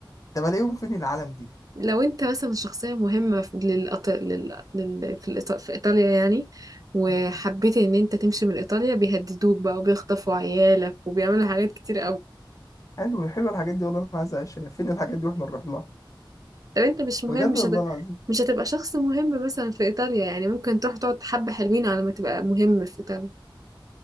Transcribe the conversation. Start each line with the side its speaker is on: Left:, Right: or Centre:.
Left: طب الاقيهم فين العالم دي
Right: لو انت مثلا شخصيه مهمه في للأط... لل... لل... في, الإيط... في ايطاليا يعني وحبيت
Left: مم.
Right: ان انت تمشي من ايطاليا بيهددوك بقى وبيخطفوا عيالك وبيعملوا حاجات كتير
Left: حلو حلو الحاجات دي والله انا عايز اعيشها فين الحاجات دي واحنا نروح لها
Right: طب انت مش مهم
Left: بجد
Right: مش
Left: والله
Right: هت...
Left: العظيم
Right: مش هتبقى شخص مهم مثلا في ايطاليا يعني ممكن تروح تقعد حبة حلوين على ما تبقى مهم في ايطاليا